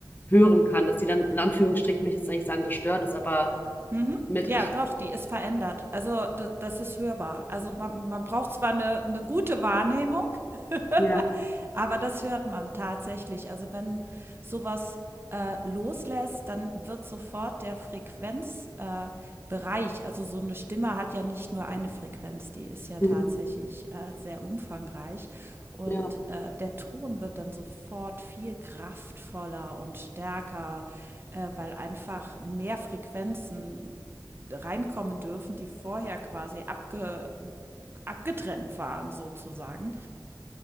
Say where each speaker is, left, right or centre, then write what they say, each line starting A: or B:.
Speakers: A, on the left; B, on the right.
A: hören kann, dass die dann in Anführungsstrichen, mich jetzt nicht sagen gestört ist, aber
B: Mhm.
A: mit.
B: Ja, doch, die ist verändert. Also da- das ist hörbar. Also man, man braucht zwar eine, eine gute Wahrnehmung, <laughs>
A: Ja,
B: aber das hört man tatsächlich. Also wenn sowas äh, loslässt, dann wird sofort der Frequenzbereich, äh, Bereich, also so eine Stimme hat ja nicht nur eine Frequenz, die ist ja tatsächlich
A: mhm,
B: äh, sehr umfangreich. Und
A: ja,
B: äh, der Ton wird dann sofort viel kraftvoller und stärker, äh, weil einfach mehr Frequenzen reinkommen dürfen, die vorher quasi abge abgetrennt waren, sozusagen.